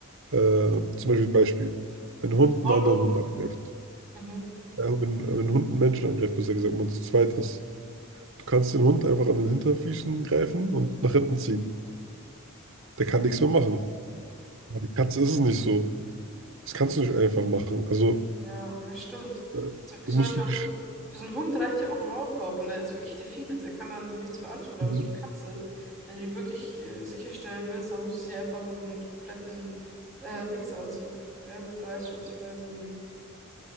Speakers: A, on the right; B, in the centre.
A: äh, zum Beispiel Beispiel, wenn
B: Die
A: ein
B: haben
A: Hund
B: das Maul.
A: einen anderen Hund angreift,
B: Mhm.
A: ja, wenn, wenn ein Hund einen Menschen angreift, besser gesagt, wenn man zu zweit ist, Du kannst den Hund einfach an den Hinterfüßen greifen und nach hinten ziehen. Der kann nichts mehr machen. Bei der Katze ist es nicht so. Das kannst du nicht einfach machen. Also,
B: Ja, ja, stimmt.
A: äh,
B: So- Ist
A: du
B: Zum
A: musst
B: Beispiel
A: wirklich.
B: auch für so, für so einen Hund reicht ja auch ein Maulkorb und der ist wirklich defeated. Der kann dann dir nichts mehr antun. Aber
A: Mhm.
B: so eine Katze, wenn du die wirklich äh, sicherstellen willst, dann musst du sie einfach in so einen kompletten äh, Dingsanzug. Ja, du weißt schon, was ich meine, so einen